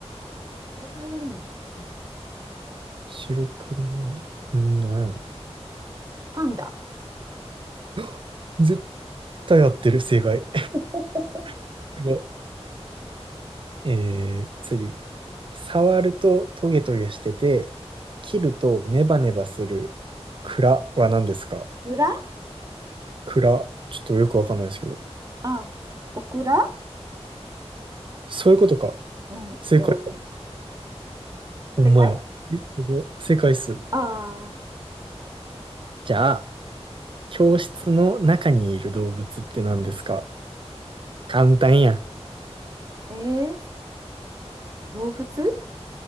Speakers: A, on the right (about 35°); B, on the right (about 50°).
A: 食べられないパン屋さん。
B: 白黒模様。んー、なんやろ。
A: パンダ。
B: <gasps> 絶対合ってる、正解。
A: オ
B: <laughs> すごいえー、次。触るとトゲトゲしてて、切るとネバネバする蔵は何ですか
A: クラ
B: 蔵。ちょっとよくわかんないですけど。
A: ああ、オクラ
B: そういうことか。
A: うん。いや、
B: 正解
A: わかんない。
B: ほんまや。
A: 正解
B: えすごい世界っす。
A: あ
B: じゃあ、教室の中にいる動物って何ですか簡単や。
A: あーえー、動物ー、